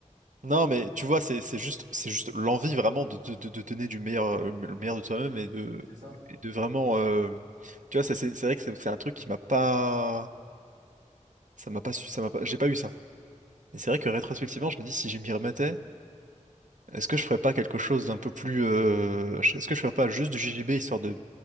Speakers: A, on the right; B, on the right.
A: non,
B: Je
A: mais
B: saurais pas.
A: tu vois, c'est, c'est juste, c'est juste l'envie vraiment de, de, de- de donner du meilleur, euh, le meilleur de toi-même et de,
B: C'est ça.
A: et de vraiment, euh, tu vois, ça, c'est c'est vrai que c'est c'est un truc qui m'a pas, ça m'a pas, su- ça m'a pas, j'ai pas eu ça. Et c'est vrai que rétrospectivement, je me dis, si je m'y remettais, est-ce que je ferais pas quelque chose d'un peu plus... euh, Est-ce que je ferais pas juste du JJB, histoire de